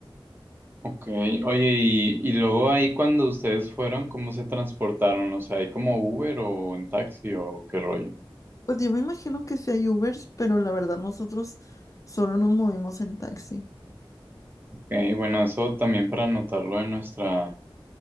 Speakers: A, on the right; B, on the left.
A: Ok, oye, y, y luego ahí cuando ustedes fueron, ¿cómo se transportaron? O sea, ¿hay como Uber o en taxi o qué rollo?
B: Pues yo me imagino que sí hay Ubers, pero la verdad nosotros solo nos movimos en taxi.
A: Ok, bueno, eso también para anotarlo en nuestra,